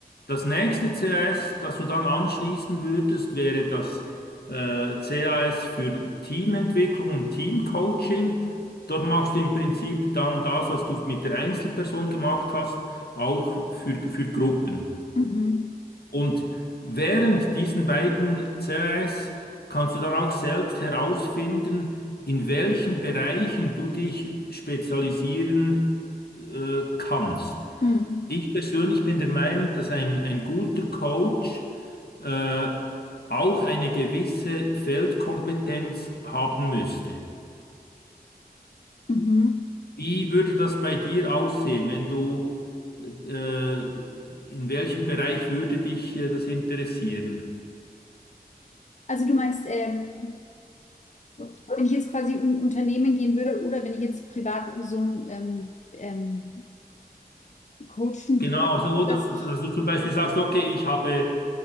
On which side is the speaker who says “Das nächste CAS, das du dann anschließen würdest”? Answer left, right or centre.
Left